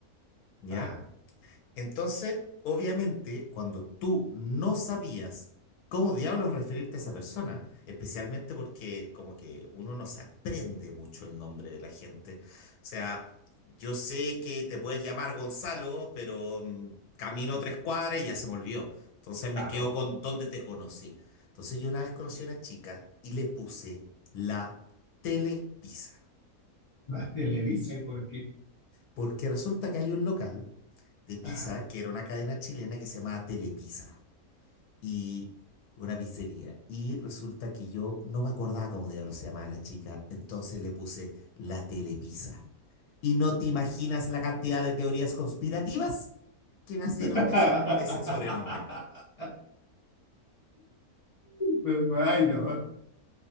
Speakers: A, on the left (about 80°); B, on the left (about 40°).
A: ¿Ya?
B: ajá,
A: Entonces, obviamente, cuando tú no sabías cómo diablos referirte a esa persona, especialmente porque como que uno no se aprende mucho el nombre de la gente. O sea, yo sé que te puedes llamar Gonzalo, pero mm, camino tres cuadras y ya se me olvidó. Entonces me
B: claro.
A: quedo con dónde te conocí. Entonces yo una vez conocí a una chica y le puse la Telepizza.
B: La televisa, ¿y por qué?
A: Porque resulta que hay un local de pizza
B: Ajá.
A: que era una cadena chilena que se llamaba Telepizza. y una pizzería. Y resulta que yo no me acordaba cómo diablos se llamaba la chica, entonces le puse la telepizza. Y no te imaginas la cantidad de teorías conspirativas que nacieron
B: <laughs>
A: de ese, de ese sobrenombre.
B: Me imagino.